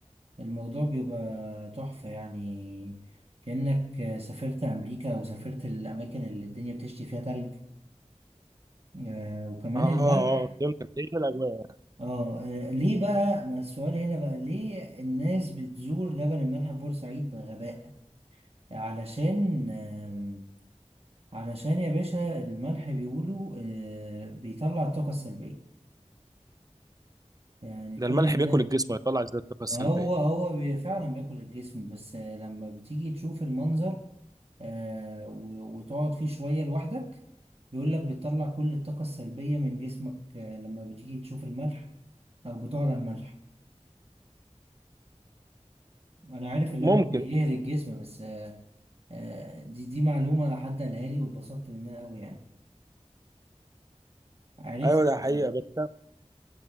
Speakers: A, on the right; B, on the right.
A: الموضوع بيبقى تحفة يعني كأنك سافرت أمريكا وسافرت الأماكن اللي الدنيا بتشتي فيها تلج آه وكمان
B: اه
A: الملح
B: اه فهمتك هي دي الاجواء
A: اه آه، ليه بقى ما السؤال هنا بقى ليه الناس بتزور جبل الملح في بورسعيد بغباء علشان آم، علشان يا باشا الملح بيقولوا آه بيطلع الطاقة السلبية يعني
B: ده
A: كل
B: الملح
A: الناس
B: بياكل الجسم ويطلع زي الطاقه
A: ما
B: السلبيه
A: هو هو بي- فعلا بياكل الجسم بس آه، لما بتيجي تشوف المنظر آه، و- وتقعد فيه شوية لوحدك بيقول لك بتطلع كل الطاقة السلبية من جسمك آه، لما بتيجي تشوف الملح أو بتقعد على الملح أنا عارف اللي
B: ممكن
A: هو بيهري الجسم بس آه، آه، دي دي معلومة حد قالها لي واتبسطت منها أوي يعني عرفت
B: ايوه
A: السبب
B: ده حقيقه بس انا